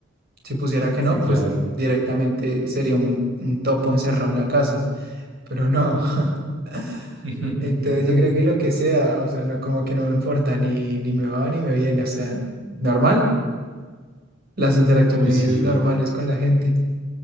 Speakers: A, on the right; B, on the right.
A: Si pusiera que
B: Sí,
A: no,
B: claro.
A: pues directamente sería un, un topo encerrado en la casa. Pero no. <laughs>
B: <laughs>
A: Entonces yo creo que lo que sea, o sea, no, como que no me importa, ni, ni me va ni me viene, o sea, normal, las interacciones
B: Uy, sí.
A: normales con la gente.